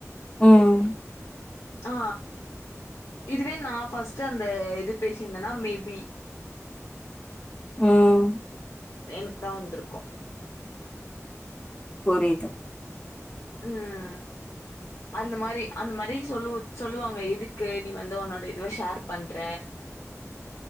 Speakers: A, on the left (about 20°); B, on the left (about 75°).
A: ம்
B: ஆ இதுவே நா பஸ் அந்த இது பேசிருந்தேன்னா மே பி
A: ம்
B: எனக்கு தா வந்துருக்கு
A: புரியுது
B: ம் அந்த மாரி அந்த மாரி சொல்லு சொல்லுவாங்க எதுக்கு நீ வந்து ஒன்னோட இதுவ ஷேர் பண்ற